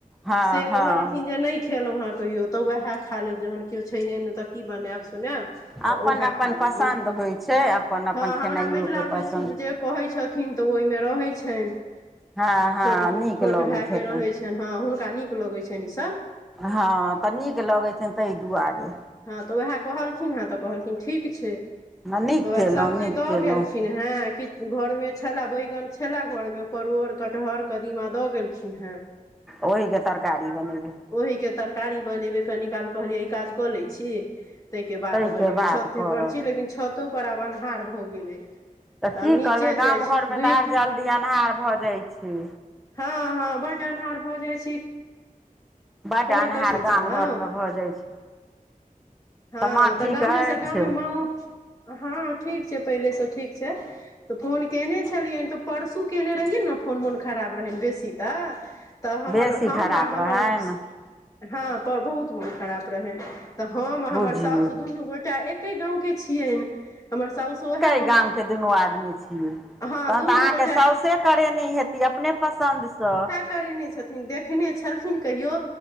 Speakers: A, in the centre; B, on the left.
A: हँ
B: से
A: हँ
B: कहलखिन जे नहि खेलौ हे कहियो तऽ वैहे खा लेब जखन कियो छैहे नहि तऽ कि बनैब सुनेब तऽ
A: अपन
B: ओहे
A: अपन
B: खा लेब
A: पसन्द
B: मैझ
A: होइ छै अपन अपन
B: ह
A: खेनाइयोके
B: हमरा मझिला भइसुर
A: पसन्द
B: जे कहै छथिन तऽ ओहिमे रहै छनि
A: हँ हँ
B: छोट,
A: नीक
B: छोट
A: लगैत
B: भैऽ
A: हेतनि
B: के रहै छ छनि हँ हुनका नीक लगै छनि ई सब
A: हँ तऽ नीक लगै छनि तैय दुआरे
B: हँ तऽ ओहे कहलखिन हे तऽ कहलखिन ठीक छै तऽ
A: नीक
B: वैह
A: कयलहुँ
B: सब्जी
A: नीक
B: दऽ
A: कयलहुँ
B: गेलखिन हे हँ किछ घरमे छलै बैइगन छलै घरमे परोड़ कटहर कदीमा दऽ गेलखिन हे
A: ओहिके तरकारी बनेबै
B: ओहिके तरकारी बनेबै कनिकाल कहलियै ई काज कऽ लैय छी। तैय के बाद
A: ताहिके
B: बनेबै
A: बाद
B: छते
A: करब
B: पर छी लेकिन छतो पर आब अन्हार भऽ गेलै
A: तऽ की
B: आब नीचे
A: करबै गाम
B: जाइ छी
A: घरमे
B: दुइ
A: तऽ आर जल्दी अन्हार भऽ जाय छै
B: हँ हँ बड्ड अन्हार भऽ जाए छी
A: बड्ड
B: कोहय
A: अन्हार
B: तच नै छलौ
A: गाम घरमे भऽ जाइ छै
B: हँ
A: माँ ठीक
B: तऽ गामेसँ
A: अछि
B: गामे माँओ हँ ठीक छै पहिलेसँ ठीक छैय तऽ फोन केने छलियैन तऽ परसू केने रहियै ने फ फोन मोन खराब रहनि बेसी तऽ तऽ हमर
A: बेसी
B: हम
A: खराब
B: आ हमर
A: रहनि
B: हँ तऽ बहुत मोन खराप रहनि तऽ हम आ हमर
A: बुझियौ
B: साउस दुनू गोटा एकेगाँवके छियनि हमर साउसो ओहे
A: गाम के दुनू आदमी छि।
B: हँ
A: तखन
B: दुनू
A: तऽ अहाँके
B: गोटा
A: साउसे करेने हेती अपने पसन्दसँ
B: करैने छथिन देखने छलखिन कहियो